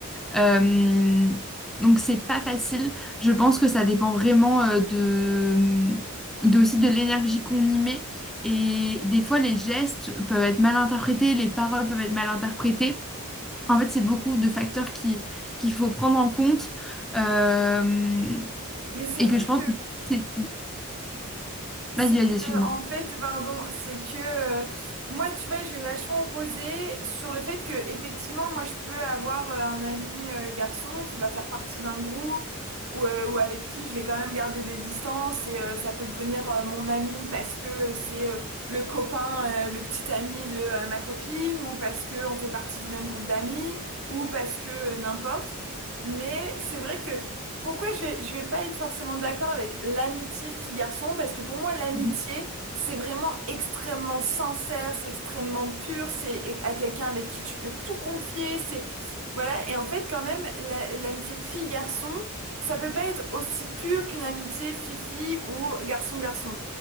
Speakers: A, in the centre; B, on the right (about 65°).
A: Euh, donc c'est pas facile. Je pense que ça dépend vraiment euh, de, de aussi de l'énergie qu'on y met. Et des fois, les gestes peuvent être mal interprétés, les paroles peuvent être mal interprétées. En fait, c'est beaucoup de facteurs qui, qu'il faut prendre en compte. Euh,
B: Mais c'est
A: et
B: vrai
A: que je pense
B: que
A: que c'est...
B: c'est
A: Vas-y,
B: que
A: vas-y, excuse-moi.
B: en fait, pardon, c'est que euh, moi, tu vois, je vais vachement opposer sur le fait que effectivement, moi, je peux avoir euh, un ami euh, garçon qui va faire partie d'un groupe ou, euh, ou avec qui je vais quand même garder des distances et euh, ça peut devenir euh, mon ami parce que c'est euh, le copain, euh, le petit ami de euh, ma copine ou parce que on fait partie du même groupe d'amis ou parce que euh, n'importe. Mais c'est vrai que pourquoi je vais, je vais pas être forcément d'accord avec l'amitié fille-garçon? Parce que pour moi, l'amitié,
A: Mhm.
B: c'est vraiment extrêmement sincère, c'est extrêmement pur, c'est é- à quelqu'un avec qui tu peux tout confier, c'est, voilà. Et en fait, quand même, la- l'amitié fille-garçon, ça peut pas être aussi pur qu'une amitié fille-fille ou garçon-garçon.